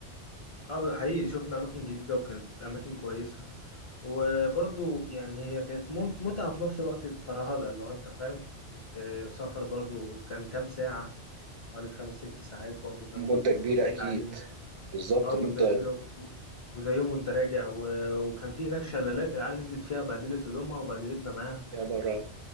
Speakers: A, on the left; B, on the right.
A: اه حقيقي شفنا اماكن جديده وكانت اماكن كويسه وبرضو يعني هي كانت ممت- متعه وفي نفس الوقت فرهده لو انت فاهم آه، سفر برضو كان كام ساعه حوالي خمس ست ساعات برضو كان
B: مدة
A: مشوار
B: كبيرة
A: بعيد
B: أكيد
A: علينا
B: بالظبط
A: اه
B: مدة
A: مده كبيره و- وزي يوم وانت راجع و- وكان في هناك شلالات العيال نزلت فيها بهدلت هدومها وبهدلتنا معاها
B: يا برا